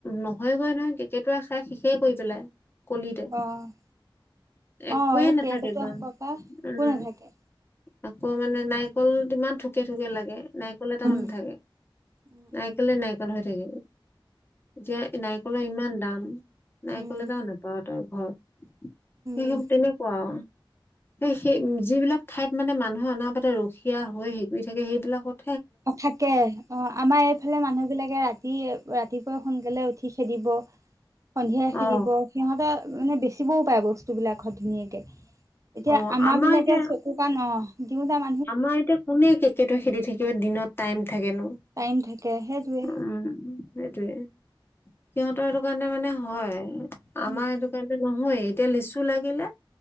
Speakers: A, on the left; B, on the right.
A: নহয়গৈ নহয় কেকেটুৱাই খাই শেষেই কৰি পেলাই কলিতে।
B: অ',
A: একোৱেই
B: অ', এই
A: নাথাকেগৈ
B: কেকেটুৱা খোপা পা একো
A: উম
B: নাথাকে।
A: আকৌ মানে নাৰিকল তোমাৰ ঠুকে ঠুকে লাগে। নাৰিকল এটাও
B: উম
A: নাথাকে
B: উম
A: নাৰিকলে
B: উম
A: নাৰিকল হৈ থাকে। যে নাৰিকলৰ ইমান দাম নাৰিকল
B: উম
A: এটাও নেপাওঁ তই ঘৰত। সেই
B: উম
A: তেনেকুৱা আৰু। এ সেই যিবিলাক ঠাইত মানে মানুহে অনা পাতে ৰখীয়া হৈ হেৰি কৰি থাকে সেইবিলাকত
B: অ', থাকে, অ' আমাৰ এইফালে মানুহবিলাকে ৰাতি ৰাতি ৰাতিপুৱাই সোনকালে উঠি খেদিব, সন্ধিয়া খেদিব
A: অ
B: সিহঁতৰ মানে বেচিবও পাৰে বস্তু বিলাকত ধুনীয়াকে এতিয়া
A: অ
B: আমাৰ বিলাকে
A: এতিয়া
B: কোক ন দিওঁ দাম
A: আমাৰ এতিয়া কোনে কেকেতটো খেদি থাকিব দিনত টাইম থাকেনো
B: টাইম থাকে সেইটোৱে
A: উম, সেইটোৱে সিহতৰ এইটো কাৰণে মানে হয় আমাৰ
B: উম
A: সেইটো কাৰণে নহয় এতিয়া লিচু লাগিলে